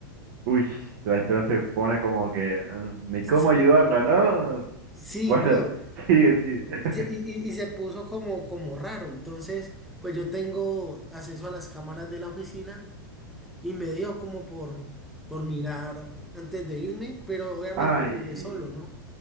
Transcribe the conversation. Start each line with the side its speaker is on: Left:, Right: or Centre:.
Right: Uy, la historia se pone como que mm, ni
Centre: Sí,
Right: cómo ayudarla, ¿no?
Centre: sí,
Right: Bueno,
Centre: no.
Right: <laughs> sigue, sigue. <laughs>
Centre: Y, se- y, y y se puso como, como raro. Entonces, pues yo tengo acceso a las cámaras de la oficina. y me dio como por, por mirar antes de irme, pero obviamente
Right: Ay,
Centre: miré solo, ¿no?